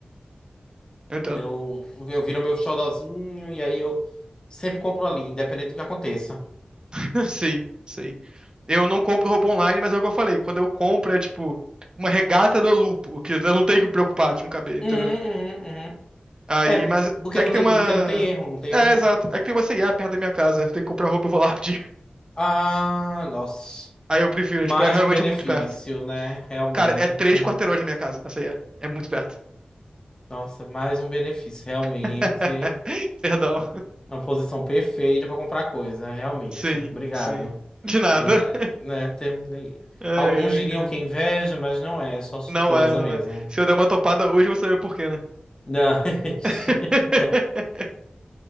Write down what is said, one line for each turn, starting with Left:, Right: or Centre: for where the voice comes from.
Right: Eu entendo.
Left: Eu, eu viro meu xodózinho e aí eu sempre compro ali, independente do que aconteça.
Right: <laughs> Sim, sim. Eu não compro roupa online, mas é o que eu falei. Quando eu compro é tipo uma regata da Lupo, que eu não tenho que me preocupar de não caber,
Left: Uhum,
Right: entendeu?
Left: uhum, uhum.
Right: Aí,
Left: É,
Right: mas
Left: porque
Right: é
Left: não
Right: que tem
Left: tem,
Right: uma.
Left: porque não tem erro, não tem
Right: É,
Left: erro nenhum.
Right: exato. É que tem uma C&A perto da minha casa. Eu tenho que comprar roupa, eu vou lá pedir. <laughs>
Left: Ah, nossa.
Right: Aí eu prefiro,
Left: Mais
Right: é, tipo, é realmente
Left: um benefício,
Right: muito perto.
Left: né? Realmente.
Right: Cara, é três quarteirões da minha casa, a C&A. É muito perto.
Left: Nossa, mais um benefício, realmente.
Right: <laughs> Perdão.
Left: Uma posição perfeita para comprar coisa, realmente.
Right: Sim,
Left: Obrigado.
Right: sim. De nada.
Left: Eu,
Right: <laughs>
Left: ah, né, tem- né,
Right: Ai,
Left: alguns
Right: ai,
Left: diriam
Right: cara.
Left: que é inveja, mas não é, é só surpresa
Right: Não é, não
Left: mesmo.
Right: é. Se eu der uma topada hoje, eu vou saber por quê, né?
Left: Não. <laughs>
Right: <laughs>